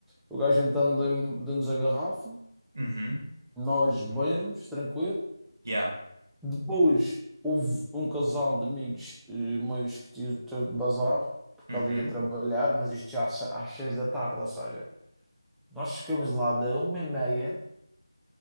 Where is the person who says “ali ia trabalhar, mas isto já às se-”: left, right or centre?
Centre